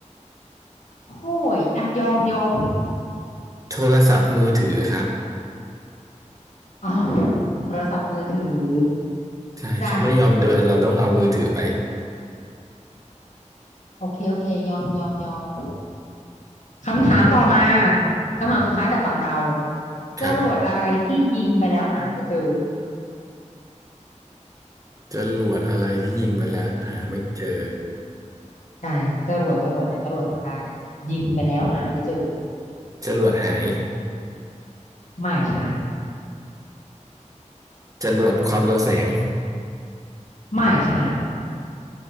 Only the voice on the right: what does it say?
โทรศัพท์มือถือครับ
ใช่เขาไม่ยอมเดินเราต้องเอามือถือไป
ครับ จรวดอะไรที่ยิงไปแล้วหาไม่เจอ
จรวดหาย
จรวดความเร็วแสง